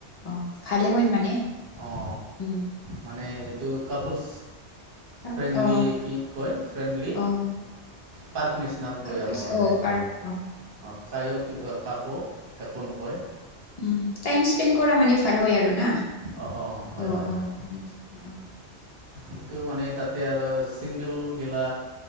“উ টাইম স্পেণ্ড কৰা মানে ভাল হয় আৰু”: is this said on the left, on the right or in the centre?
Left